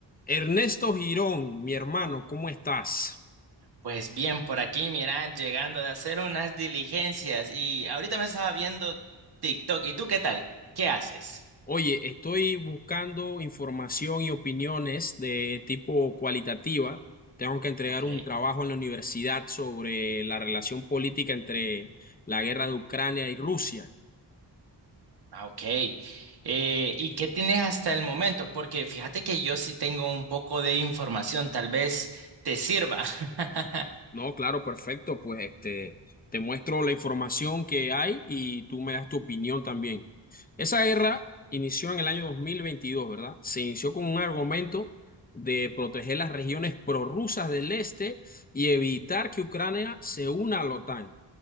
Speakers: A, on the left; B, on the right.
A: Ernesto Girón, mi hermano, ¿cómo estás?
B: Pues bien, por aquí, mira, llegando de hacer unas diligencias y ahorita me estaba viendo TikTok. ¿Y tú qué tal? ¿Qué haces?
A: Oye, estoy buscando información y opiniones de tipo cualitativa. Tengo que entregar
B: Ok.
A: un trabajo en la universidad sobre la relación política entre la guerra de Ucrania y Rusia.
B: Ah, ok. Eh, ¿y qué tienes hasta el momento? Porque fíjate que yo sí tengo un poco de información, tal vez te sirva. <laughs>
A: No, claro, perfecto. Pues este, te muestro la información que hay y tú me das tu opinión también. Esa guerra inició en el año 2022, ¿verdad? Se inició con un argumento de proteger las regiones prorrusas del este y evitar que Ucrania se una a la OTAN